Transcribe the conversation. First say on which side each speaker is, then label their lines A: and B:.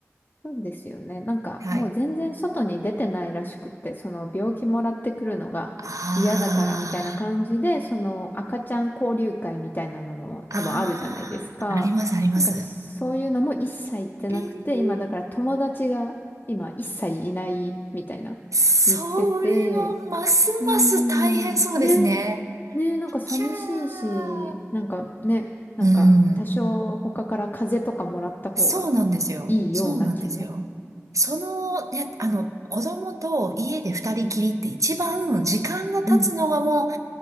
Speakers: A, on the left; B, on the right.
A: そうですよね。なんかもう全然外に出てないらしくって、
B: はい。
A: その病気もらってくるのが嫌だからみたいな感じで、
B: あ
A: その赤ちゃん交流会みたいなのも多分あるじゃないですか。
B: あ、ああ、あります、あります。
A: なんかそういうのも一切行ってなくて、
B: えー、
A: 今だから友達が今一切いないみたいな言ってて、
B: それはますます大変そうですね。
A: うーん、ね、ね、なんか寂しいし、
B: キャー。
A: なんかね、なんか多少他から風邪とかもらった方が
B: うん。そうなんですよ。
A: いいような気も。
B: そうなんですよ。その、ね、あの、子供と家で二人きりって一番時間が経つのがもう、
A: うん。うん。